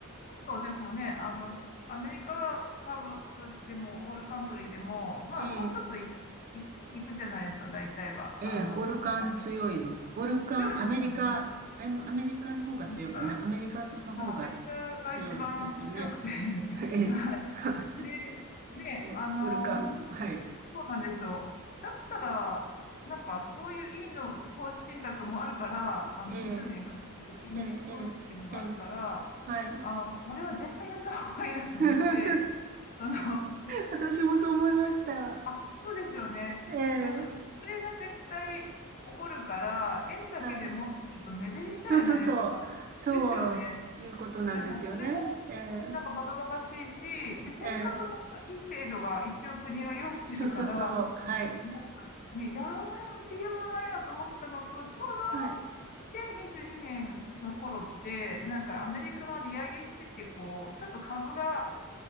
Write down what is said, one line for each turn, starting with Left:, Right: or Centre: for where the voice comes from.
Left: ょっとでもね、あの、アメリカ株でも、オールカントリーでも、まあ、
Right: ええ、
Left: もうちょっとい、い、いくじゃないですか、大体は。
Right: ええ、
Left: あの、
Right: オルカン強いです。
Left: なんか
Right: オルカン、
Left: 強いですよね。
Right: アメリカ、えアメリカの方が強いかな。
Left: なんか
Right: アメリカの方が強いですよね。
Left: アメリカが一番強くて
Right: <laughs> ええ、
Left: <laughs> はい。
Right: はい。
Left: で、ね、
Right: オオルカン、
Left: あの、
Right: はい。
Left: そうなんですよ。だったら、なんかそういういいの、投資信託もあるから、あの指数にかけるってインデックス投資っていうのもあるから、
Right: ええ、ええ、ええ、ええはい。
Left: あ、これは絶対やった方がいいなと思って、
Right: <laughs>
Left: <laughs> その、
Right: 私もそう思いました。は
Left: あ、そうですよね。
Right: いええ、
Left: なんかインフレが絶対起こるから、円だけで持ってると目減りしちゃうじゃないですか。
Right: はい。そうそうそう。そういうことなんですよね。
Left: ですよね。なんからそれも、
Right: ええ、
Left: なんかバカバカしいし、で、せっかくそこのいい制度が一応国が用意してるから、
Right: ええ、そうそうそう。はい。
Left: なんかね、やらないの理由もないなと思ったのと、ちょうどあの、
Right: はい。
Left: 2022年の頃って、なんかアメリカが利上げしてて、こう、ちょっと株が